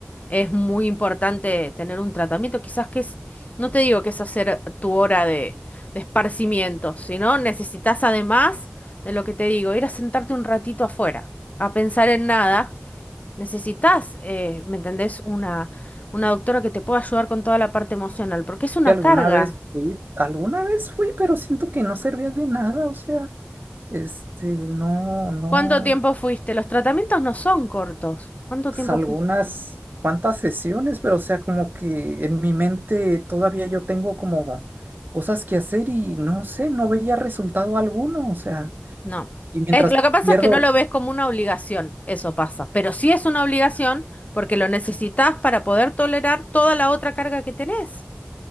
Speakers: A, on the left; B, on the right.
A: Es muy importante tener un tratamiento. Quizás que es, no te digo que es hacer tu hora de, de esparcimiento, sino necesitas además de lo que te digo, ir a sentarte un ratito afuera, a pensar en nada. Necesitas, eh, ¿me entendés? Una, una doctora que te pueda ayudar con toda la parte emocional, porque es una
B: que alguna
A: carga.
B: vez fui, alguna vez fui, pero siento que no servía de nada, o sea, este, no, no.
A: ¿Cuánto tiempo fuiste? Los tratamientos no son cortos. ¿Cuánto
B: pues,
A: tiempo
B: algunas
A: fuiste?
B: cuantas sesiones, pero o sea, como que en mi mente todavía yo tengo como cosas que hacer y no sé, no veía resultado alguno, o sea,
A: No.
B: y mientras
A: Es, lo que pasa
B: pierdo,
A: es que no lo ves como una obligación, eso pasa. Pero sí es una obligación porque lo necesitas para poder tolerar toda la otra carga que tenés.